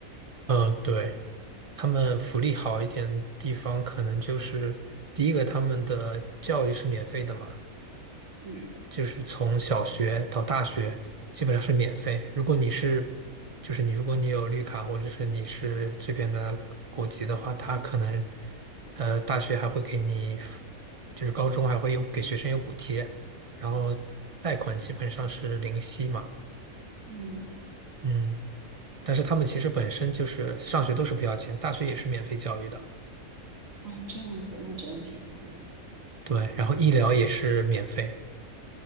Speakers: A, on the right; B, on the right.
A: 嗯，对，他们福利好一点地方，可能就是第一个，他们的教育是免费的嘛。
B: 嗯
A: 就是从小学到大学基本上是免费。如果你是，就是你如果你有绿卡或者是你是这边的国籍的话，他可能呃大学还会给你，就是高中还会有给学生有补贴，然后贷款基本上是零息嘛，
B: 嗯，
A: 嗯。但是他们其实本身就是上学都是不要钱，大学也是免费教育的，
B: 啊，这样子那真挺好的。
A: 对，然后医疗也是免费，